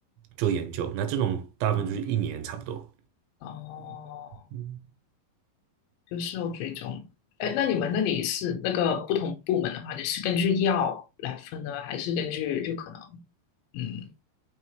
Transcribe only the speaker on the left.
嗯，哦，
就事后追踪。哎，那你们那里是那个不同部门的话，你是根据药来分呢，还是根据就可能？嗯，